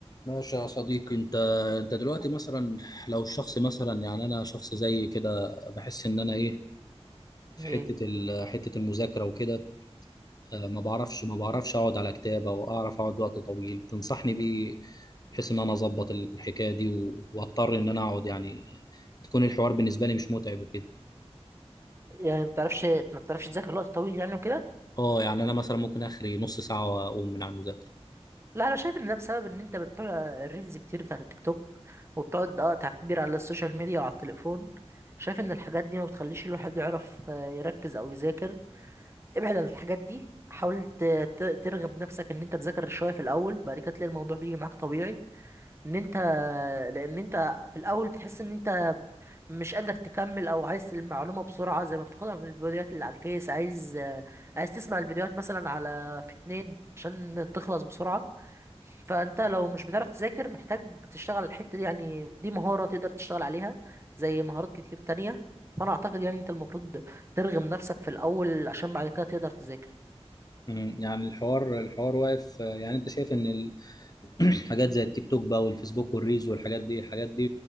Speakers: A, on the left (about 35°); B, on the right (about 25°).
A: ماشي يا صديقي انت انت دلوقتي مثلا لو الشخص مثلا يعني انا شخص زي كده بحس ان انا ايه في
B: ايه
A: حته ال... حته المذاكره وكده آه، ما بعرفش ما بعرفش اقعد على كتاب او اعرف اقعد وقت طويل تنصحني بايه بحيث ان انا اظبط الحكايه دي و... واضطر ان انا اقعد يعني تكون الحوار بالنسبه لي مش متعب وكده
B: يعني ما بتعرفش ما بتعرفش تذاكر وقت طويل يعني وكده
A: اه يعني انا مثلا ممكن اخري نص ساعه واقوم من على المذاكره
B: لا انا شايف ان ده بسبب ان انت بتطلع الريلز كتير بتاعت التيك توك وبتقعد اه تعبير على السوشيال ميديا وعلى التليفون شايف ان الحاجات دي ما بتخليش الواحد يعرف آه، يركز او يذاكر ابعد عن الحاجات دي حاول ت- ت- ترغب نفسك ان انت تذاكر شويه في الاول بعد كده تلاقي الموضوع بيجي معاك طبيعي ان انت لان انت في الاول بتحس ان انت مش قادر تكمل او عايز المعلومه بسرعه زي ما بتاخدها من الفيديوهات اللي على الفيس عايز آه، عايز تسمع الفيديوهات مثلا على في اتنين عشان تخلص بسرعه فانت لو مش بتعرف تذاكر محتاج تشتغل على الحته دي يعني دي مهاره تقدر تشتغل عليها زي مهارات كتير تانية فانا اعتقد يعني انت المفروض ترغم نفسك في الاول عشان بعد كده تقدر تذاكر
A: مم، يعني الحوار الحوار واقف آه، يعني انت شايف ان <clears throat> حاجات زي التيك توك بقى والفيسبوك والريلز والحاجات دي الحاجات دي